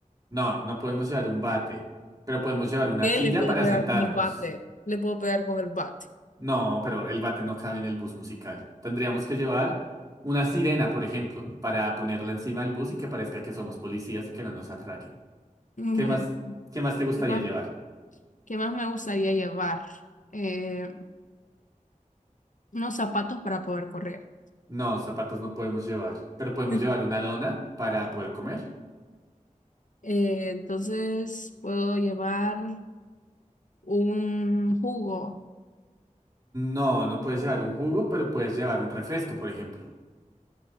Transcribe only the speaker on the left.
¿Qué
le puedo
pegar
con el bate? Le puedo pegar con el bate.
Bueno,
¿qué más,
qué más me gustaría llevar? Eh, unos zapatos para poder correr.
<laughs>
Eh, entonces puedo llevar un jugo.